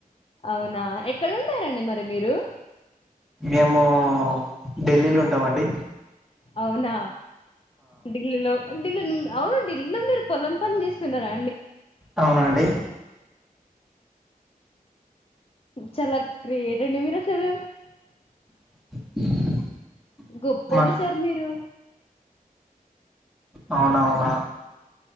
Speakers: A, on the left (about 40°); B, in the centre.
A: అవునా? ఎక్కడుంటారండి మరి మీరు?
B: మేము ఢిల్లీలో ఉంటాం అండి
A: అవునా ఢిల్లులో డిల్ అవును ఢిల్లో మీరు పొలం పని చేస్తున్నారా
B: అవునండి
A: చాలా గ్రేట్ అండి మీరు అసలు
B: <inaudible>
A: గొప్పోల్లు
B: మాకు
A: సార్ మీరు
B: అవునవునా